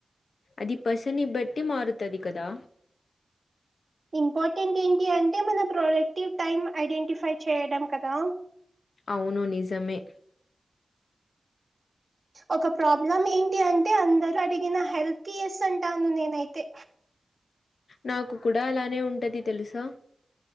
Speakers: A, on the left; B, on the right.
A: అది పర్సన్ ని బట్టి మారుతది కదా
B: ఇంపార్టెంట్ ఏంటి అంటే మన ప్రొడక్టివ్ టైమ్ ఐడెంటిఫై చేయడం కదా
A: అవును నిజమే
B: ఒక ప్రాబ్లం ఏంటి అంటే అందరూ అడిగిన హెల్ప్ కి ఎస్ అంటాను నేనైతే
A: నాకు కూడా అలానే ఉంటది తెలుసా